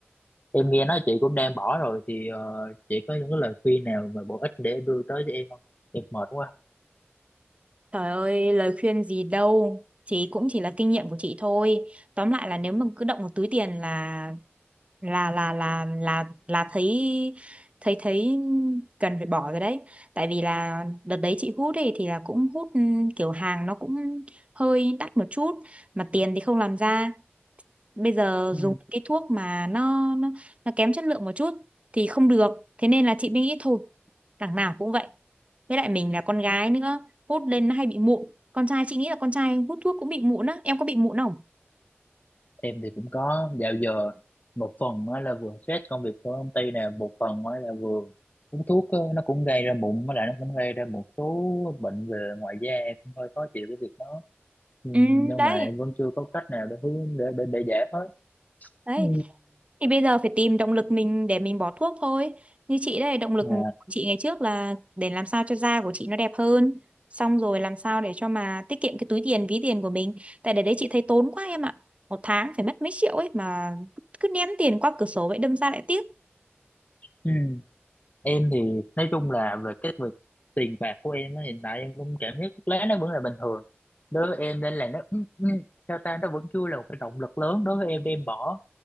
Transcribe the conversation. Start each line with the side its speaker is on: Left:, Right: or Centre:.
Left: em nghe nói chị cũng đang bỏ rồi thì ờ, chị có những cái lời khuyên nào mà bổ ích để đưa tới cho em không em mệt quá
Right: Trời ơi, lời khuyên gì đâu. Chị cũng chỉ là kinh nghiệm của chị thôi. Tóm lại là nếu mà cứ động một túi tiền là là là là là là thấy thấy thấy cần phải bỏ rồi đấy tại vì là đợt đấy chị hút ấy thì là cũng hút ừ, kiểu hàng nó cũng hơi đắt một chút mà tiền thì không làm ra bây giờ
Left: Ừ.
Right: dùng cái thuốc mà nó nó, nó kém chất lượng một chút thì không được thế nên là chị mới nghĩ thôi đằng nào cũng vậy với lại mình là con gái nữa hút lên nó hay bị mụn con trai chị nghĩ là con trai hút thuốc cũng bị mụn á em có bị mụn không
Left: Em thì cũng có dạo giờ một phần á là vừa stress công việc của công ty nè một phần á là vừa uống thuốc á, nó cũng gây ra mụn với lại nó cũng gây ra một số bệnh về ngoài da em cũng hơi khó chịu cái việc đó ừ,
Right: ừ
Left: nhưng
Right: đấy
Left: mà em vẫn chưa có cách nào để hướng để để, để giải hết
Right: đấy
Left: ừ,
Right: thì bây giờ phải tìm động lực mình để mình bỏ thuốc thôi như chị đây động lực
Left: dạ.
Right: của chị ngày trước là để làm sao cho da của chị nó đẹp hơn xong rồi làm sao để cho mà tiết kiệm cái túi tiền ví tiền của mình tại để đấy chị thấy tốn quá em ạ một tháng phải mất mấy triệu ấy mà cứ ném tiền qua cửa sổ vậy đâm ra lại tiếc
Left: ừ. em thì nói chung là về cái việc tiền bạc của em á, hiện tại em cũng cảm thấy thuốc lá nó vẫn là bình thường đối với em nên là nó ừ, ừ, sao ta nó vẫn chưa là một cái động lực lớn đối với em để em bỏ